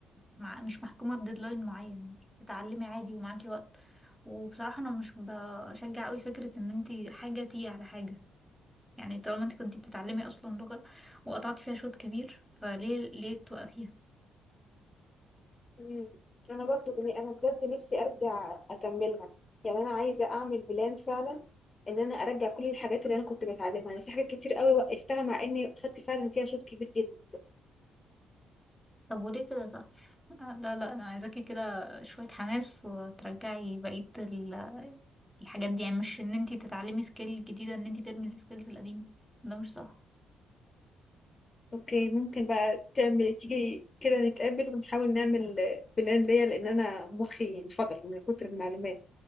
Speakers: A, in the centre; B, on the left.
A: مع مش محكومة بديدلاين معين انت بتتعلمي عادي ومعاكي وقت وبصراحة انا مش بشجع قوي فكرة ان انت حاجة تيجي على حاجة يعني طالما انت كنت بتتعلمي اصلا لغة وقطعتي فيها شوط كبير فليه ليه توقفيها
B: إمم. أنا برضه ب أنا بجد نِفْسي أرجع أكمّلها، يعني أنا عايزة أعمل plan فعلًا إن أنا أرجّع كل الحاجات اللي أنا كنت باتعلّمها، أنا في حاجات كتير أوي وقّفتها مع إني خدت فعلًا فيها شوط كبير جدًا.
A: طب وليه كده صح آه، لا لا انا عايزاكي كده شوية حماس وترجعي بقية ال- الحاجات دي يعني مش ان انت تتعلمي سكيل جديدة ان انت ترمي السكيلز القديمة ده مش صح
B: أوكي، ممكن بقى تعمل تيجي كده نتقابل ونحاول نعمل plan ليّا، لإن أنا مُخّي انفجر من كتر المعلومات.